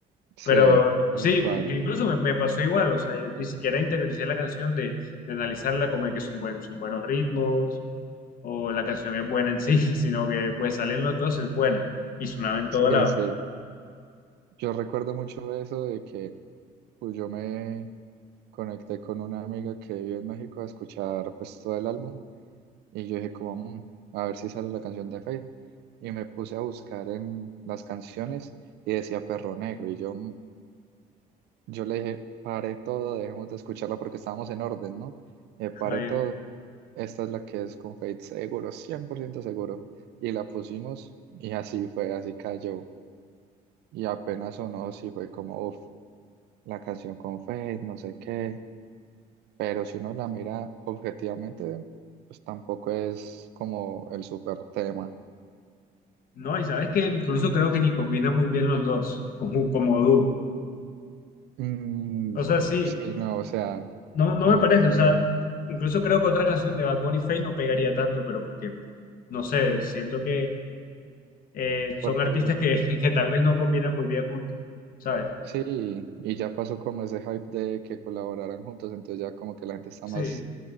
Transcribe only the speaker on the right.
Sí,
tal
cual.
Sí,
sí. Yo recuerdo mucho eso de que pues, yo me conecté con una amiga que vive en México a escuchar pues todo el álbum y yo dije como "Mm, a ver si sale la canción de Fade y me puse a buscar en las canciones y decía Perro Negro y yo, "Mm". yo le dije pare todo, dejemos de escucharla porque estábamos en orden, ¿no? Eh, pare
todo, esta es la que es con Fade seguro, 100% seguro y la pusimos y así fue, así cayó y apenas sonó, sí fue como uff. la canción con Fate, no sé qué, pero si uno la mira objetivamente, pues tampoco es como el super tema.
Mm,
sí, no, o sea,
como
que,
porque
sí, y ya pasó como ese hype de que colaboraran juntos, entonces ya como que la gente está
más